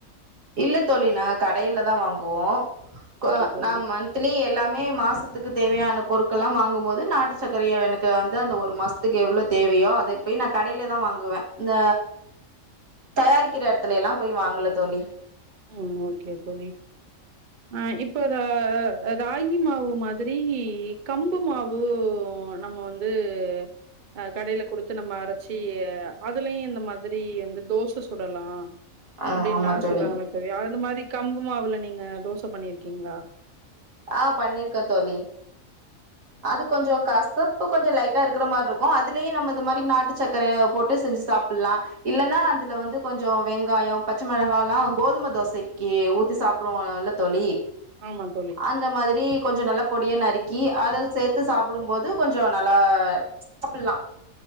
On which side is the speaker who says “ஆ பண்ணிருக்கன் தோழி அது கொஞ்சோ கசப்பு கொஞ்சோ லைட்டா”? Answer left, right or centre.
Right